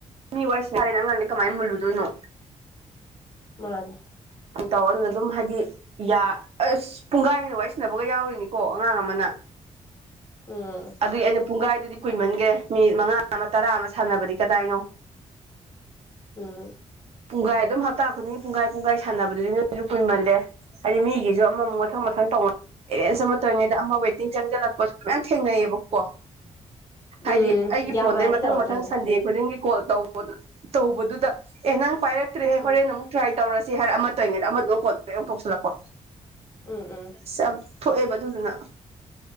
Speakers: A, on the right (about 55°); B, on the left (about 25°).
A: ꯃꯤ ꯋꯥꯔꯤ ꯁꯥꯅꯔꯦꯅ ꯑꯉꯥꯡꯗꯥꯏ ꯀꯃꯥꯏ ꯃꯨꯜꯂꯨꯗꯣꯏꯅꯣ
B: ꯃꯥꯅꯦ
A: ꯇꯧꯅ ꯑꯗꯨꯝ ꯍꯥꯏꯗꯤ ꯌꯥ ꯑꯁ ꯄꯨꯡ ꯀꯥꯏ ꯍꯦꯟꯅ ꯋꯥꯏ ꯁꯤꯟꯅꯕꯒ ꯌꯥꯎꯔꯤꯅꯤꯀꯣ ꯑꯉꯥꯡ ꯑꯃꯅ
B: ꯎꯝ
A: ꯑꯗꯨꯏ ꯑꯩꯅ ꯄꯨꯡꯈꯥꯏꯗꯨꯗꯤ ꯀꯨꯏꯃꯟꯈ꯭ꯔꯦ ꯃꯤꯅꯤꯠ ꯃꯉꯥ ꯑꯃ ꯇꯔꯥ ꯑꯃ ꯁꯥꯟꯅꯕꯗꯤ ꯀꯗꯥꯏꯅꯣ
B: ꯎꯝ
A: ꯄꯨꯡꯈꯥꯏ ꯑꯗꯨꯝ ꯍꯞꯇꯥ ꯈꯨꯗꯤꯡꯒꯤ ꯄꯨꯡꯈꯥꯏ ꯄꯨꯡꯈꯥꯏ ꯁꯥꯟꯅꯕꯗꯨꯗꯤ ꯅꯣꯏꯁꯨ ꯀꯨꯏꯃꯜꯂꯦ ꯍꯥꯏꯗꯤ ꯃꯤꯒꯤꯁꯨ ꯑꯃꯃꯨꯛ ꯃꯊꯪ ꯃꯊꯪ ꯇꯧꯅ ꯄꯦꯔꯦꯟꯁ ꯑꯃꯠꯇꯔꯤꯉꯩꯗ ꯑꯃ ꯋꯦꯇꯤꯡ ꯆꯪꯁꯤꯜꯂꯛꯄꯁꯨ ꯃꯌꯥꯝ ꯊꯦꯡꯅꯩꯌꯦꯕꯀꯣ ꯍꯥꯏꯗꯤ
B: ꯎꯝ
A: ꯑꯩꯒꯤ
B: ꯌꯥꯝꯃꯛꯑꯗꯤ
A: ꯐꯣꯟꯗꯩ ꯃꯊꯪ
B: ꯇꯧꯔꯛꯇꯣꯏꯅꯦ
A: ꯃꯊꯪ ꯁꯟꯗꯦ ꯈꯨꯗꯤꯡꯒꯤ ꯀꯣꯜ ꯇꯧꯕꯥꯗꯨ ꯇꯧꯕꯗꯨꯗ ꯑꯦ ꯅꯪ ꯄꯥꯏꯔꯛꯇ꯭ꯔꯦꯍꯦ
B: ꯎꯝ
A: ꯍꯣꯔꯦꯟ ꯑꯃꯨꯛ ꯇ꯭ꯔꯥꯏ ꯇꯧꯔꯁꯤ ꯍꯥꯏꯔ ꯑꯃꯠꯇ ꯑꯣꯏꯔꯤꯉꯩꯗ ꯑꯃꯗꯨ ꯀꯣꯟ ꯑꯃꯨꯛ ꯇꯣꯛꯁꯤꯜꯂꯛꯄ
B: ꯎꯝ ꯎꯝ
A: ꯑꯁ ꯌꯥꯝ ꯊꯣꯛꯑꯦꯕ ꯑꯗꯨꯗꯨꯅ